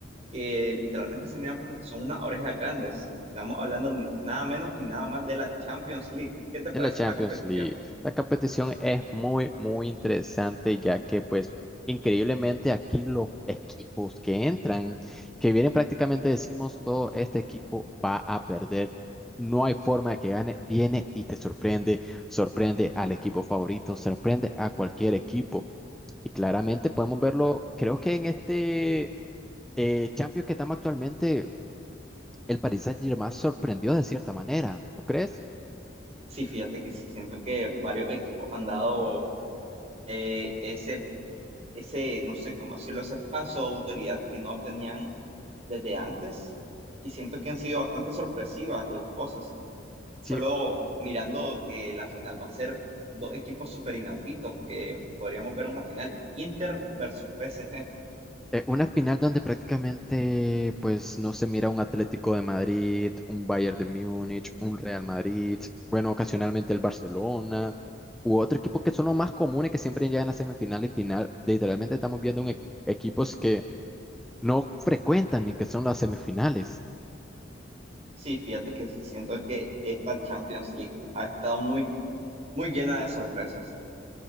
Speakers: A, on the right (about 35°); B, in the centre.
A: que literalmente se miran como que son unas orejas grandes. Estamos hablando ni- nada menos y nada más de la Champions League. ¿Qué te parece
B: En la Champions
A: esta competición?
B: League, la competición es muy, muy interesante, ya que pues increíblemente aquí los equipos que entran, que vienen prácticamente decimos todo, este equipo va a perder. No hay forma de que gane, viene y te sorprende, sorprende al equipo favorito, sorprende a cualquier equipo. Y claramente podemos verlo, creo que en este eh, Champions que estamos actualmente, el Paris Saint-Germain sorprendió de cierta manera, ¿no crees?
A: Sí, fíjate que sí, siento que varios equipos han dado eh, ese ese, no sé cómo decirlo, ese paso de autoridad que no tenían desde antes. Y siento que han sido bastante sorpresivas las cosas. Solo
B: Sí.
A: mirando que la final va a ser dos equipos súper inauditos, que podríamos ver una final Inter versus PSG.
B: Eh, una final donde prácticamente pues no se mira un Atlético de Madrid, un Bayern de Múnich, un Real Madrid, bueno, ocasionalmente el Barcelona u otro equipo que son los más comunes que siempre llegan a semifinal y final. Literalmente estamos viendo un e- equipos que no frecuentan ni que son las semifinales.
A: Sí, fíjate que sí siento que esta Champions League ha estado muy, muy llena de sorpresas.